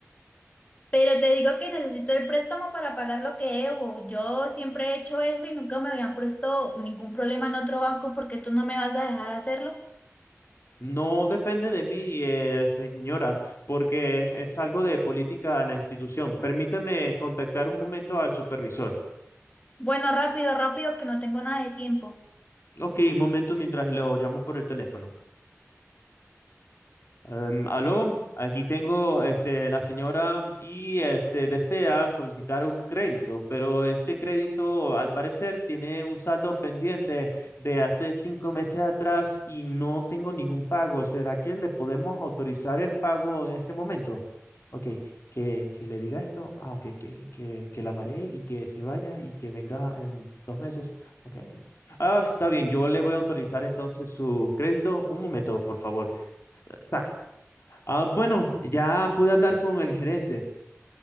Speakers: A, on the left; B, on the left.
A: Pero te digo que necesito el préstamo para pagar lo que debo. Yo siempre he hecho eso y nunca me habían puesto ningún problema en otro banco porque tú no me vas a dejar hacerlo.
B: No depende de mí, eh, señora, porque es algo de política de la institución. Permítame contactar un momento al supervisor.
A: Bueno, rápido, rápido, que no tengo nada de tiempo.
B: Ok, un momento mientras lo llamo por el teléfono. Em, aló, aquí tengo este, la señora y este, desea solicitar un crédito, pero este crédito al parecer tiene un saldo pendiente de hace cinco meses atrás y no tengo ningún pago. ¿Será que le podemos autorizar el pago en este momento? Ok, que, que le diga esto. Ah, ok, que, que, que la maree y que se vaya y que venga en dos meses. Ok, ok. Ah, está bien, yo le voy a autorizar entonces su crédito. Un momento, por favor. Tac. Ah, bueno, ya pude hablar con el gerente.